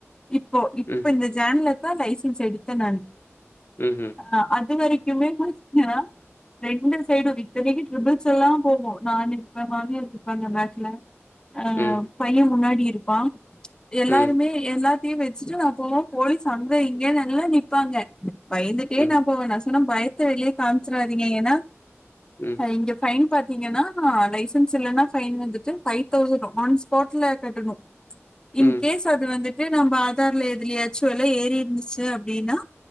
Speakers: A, on the left; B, on the left.
A: இப்போ இப்ப
B: ம்
A: இந்த ஜேன்ல தா லைசன்ஸ் எடுத்த நானு
B: ம் ம்
A: ஆ அது வரிக்குமே <unintelligible> ரெண்டு சைடும் இத்தனைக்கு ட்ரிபிள்ஸ் எல்லா போவோ நானு இருப்ப மாமியார் இருப்பாங்க பேக்குல ஆ
B: ம்
A: பையன் முன்னாடி இருப்பான் எல்லாருமே
B: ம் ம்
A: எல்லா வெச்சுட்டு அப்போம் போலிஸ் அங்க இங்கனு எல்லாம் நிப்பாங்க பயந்துட்டே
B: ம்
A: நா போவேன் நா சொன்ன பயத்த வெளிய காமிச்சிறாதீங்க ஏனா
B: ம்
A: இங்க ஃபைன் பாத்தீங்கன்னா லைசன்ஸ் இல்லைனா ஃபைன் வந்துவிட்டு ஃபை தௌசண்ட் ஆன் ஸ்பாட்ல கட்டணும் <unintelligible> இன்கேஸ்
B: ம் ம் ம் ம் ம் ம் ம்
A: அது வந்துட்டு நம்ம ஆதார்ல எதுலயாச்சும் எல்ல ஏறி இருந்துச்சு அப்படின்னா